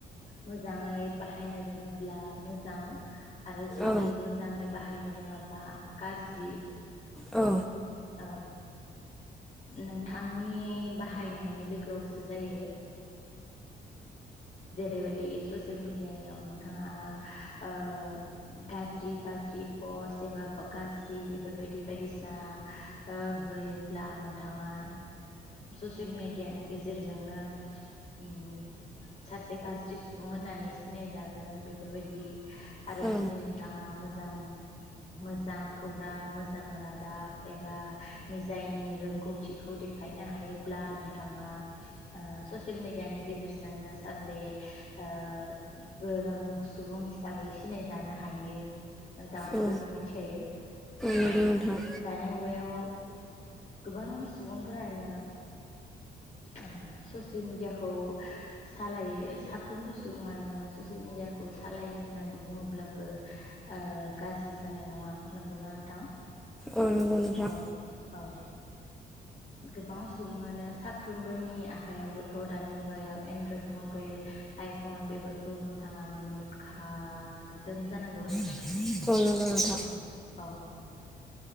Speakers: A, on the left; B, in the centre.
A: मोजाङै बाहायनो रोङोब्ला मोजां। आरो जुदि
B: औ
A: मोजाङै बाहायनो रोङाबा गाज्रि।
B: औ
A: औ नोंथांनि बाहायनायनि लोगोआवसो जायो जेरैबायदि ससियेल मिेडियायाव नोंथाङा ओ गाज्रि गाज्रि पस्ट एबा गाज्रि बेफोरबायदि बायदिसिना ओ होयोब्ला नोंथाङा ससियेल मेडियानि गेजेरजोंनो उम सासे गाज्रि सुबुं होननानै सिनाय जागो बेफोरबायदि आरो
B: औ
A: जुदि नोंथाङा मोजां मोजां खौरां मोजां रादाब निजायनि रोंगौथिखौ देखायनो हायोब्ला नोंथाङा ओ ससियेल मेडियानि गेजेरजोंनो सासे ओ गोरों सुबुं हिसाबै सिनायजानो हायो। नोंथाङाथ'
B: औ
A: बेखौ मिथिखायो
B: नंगौ
A: औ।
B: नोंथां
A: मुगायाव गोबां सुबुंफोरानो ओ ससियेल मिडियाखौ सालायो साफ्रोमबो सुबुङानो ससियेल मिडियाखौ सालायो होननानै बुङोब्लाबो ओ गाज्रि जानाय नङा नंगौना नोंथां।
B: औ नोंगौ नोंथां।
A: औ औ गोबां सुबुङानो साफ्रोमबोनि आखायावबोथ। दानि मुगायाव एनड्रइड मबाइल आइफन बेफोरखौ नोंथाङा नुनो मोनखादों जानांगौ।
B: औ नंगौ नोंथा।
A: औ औ